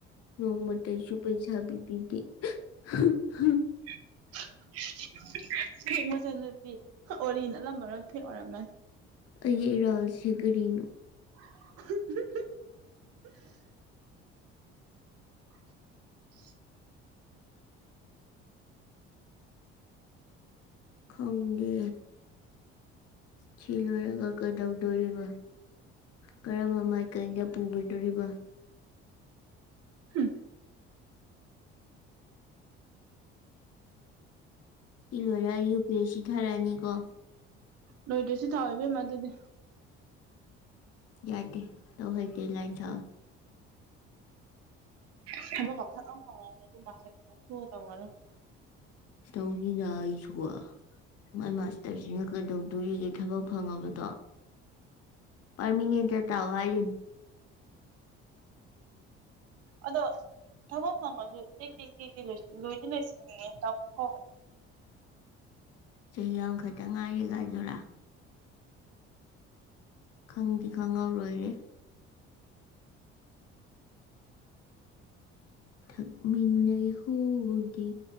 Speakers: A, on the left; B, on the right.
A: ꯅꯣꯡꯃꯇꯁꯨ ꯄꯩꯁꯥ ꯄꯤꯕꯤꯗꯦ <unintelligible>
B: <unintelligible> ꯐꯦꯛ ꯃꯆꯟ ꯅꯨꯨꯄꯤ ꯑꯣꯔꯤ ꯅꯠꯂꯝꯃꯔꯣꯏ ꯐꯦꯛ ꯑꯣꯏꯔꯝꯃꯅꯤ
A: ꯑꯩꯒꯤ ꯏꯔꯥꯜꯁꯤ ꯀꯔꯤꯅꯣ
B: <unintelligible> <unintelligible>
A: ꯈꯪꯗꯦ ꯆꯤꯂꯔꯒ ꯀꯗꯩꯗꯧꯔꯤꯕ ꯀꯔ ꯃꯥꯏꯀꯩꯒ ꯄꯨꯒꯗꯣꯔꯤꯕꯣ
B: ꯍꯝ
A: ꯏ ꯂꯣꯏꯔ ꯌꯨ ꯄꯤ ꯑꯦꯁ ꯁꯤ ꯊꯥꯔꯛꯑꯅꯤ ꯀꯣ
B: ꯅꯣꯏꯗꯣꯏꯁꯨ ꯊꯥꯎꯕꯦꯝꯃ ꯑꯗꯨꯗꯤ
A: ꯌꯥꯗꯦ ꯇꯧ ꯍꯩꯗꯦ ꯂꯥꯏ ꯁꯥ
B: ꯁ ꯀꯊ ꯇ ꯈꯉ ꯀꯊ ꯇꯔꯣ
A: ꯇꯧꯅꯤꯅ ꯑꯩꯁꯨꯀ ꯃꯥꯏ ꯃꯥꯁꯇꯔꯁꯤꯅ ꯀꯩꯗꯧꯗꯣꯔꯤꯒꯦ ꯊꯕꯛ ꯐꯪꯉꯕꯗꯣ ꯄꯥꯔꯃꯤꯉꯦꯗ ꯇꯥꯛꯑꯣ ꯍꯥꯏꯔꯤ
B: ꯑꯗꯣ ꯊꯕꯛ ꯐꯪꯉꯁꯨ ꯇꯦꯛꯛꯇꯦꯛ ꯇꯦꯛꯇꯤ ꯂꯣꯏꯗꯤ ꯂꯣꯏꯁꯤꯟꯅꯤꯡꯉꯦ ꯇꯥꯃꯣꯣ
A: ꯆꯍꯤ ꯑꯃꯈꯛꯇ ꯉꯥꯏꯔꯦꯒꯗꯨꯔꯥ ꯈꯪꯗꯤ ꯈꯪꯍꯧꯔꯣꯏꯔꯦ ꯊꯛꯃꯤꯟꯅꯩ ꯍꯨꯎꯗꯤ